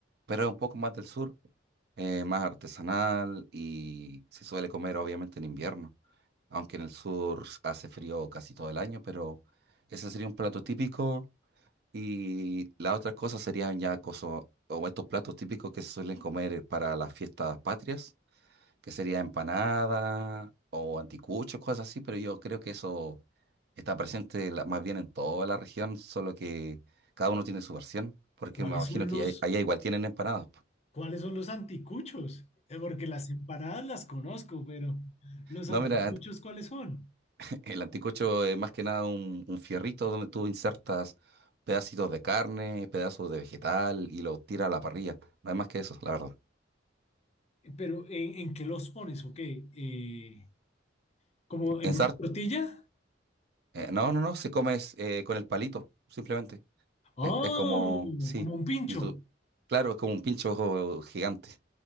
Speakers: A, on the right; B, on the left.
A: Pero es un poco más del sur, eh, más artesanal y se suele comer obviamente en invierno. Aunque en el sur hace frío casi todo el año, pero ese sería un plato típico. Y las otras cosas serían ya cosas, o estos platos típicos que se suelen comer para las fiestas patrias, que sería empanada o anticucho, cosas así, pero yo creo que eso está presente la- más bien en toda la región, solo que cada uno tiene su versión, porque
B: ¿Cuáles
A: me imagino
B: son
A: que
B: los,
A: ahí- allá igual tienen empanadas. po.
B: cuáles son los anticuchos? Eh, porque las empanadas las conozco, pero los
A: No,
B: anticuchos,
A: mira, ant-
B: ¿cuáles son?
A: <laughs> el anticocho es más que nada un, un fierrito donde tú insertas pedacitos de carne, pedazos de vegetal y lo tiras a la parrilla. No hay más que eso, la verdad.
B: Pero ¿en, en qué los pones? ¿O qué? Eh, ¿como en
A: En
B: una
A: sar-
B: tortilla?
A: eh, no, no, no, se come es, eh, con el palito, simplemente.
B: Oh,
A: Es, es como, sí,
B: como un pincho.
A: y tú, claro, es como un pincho gigante.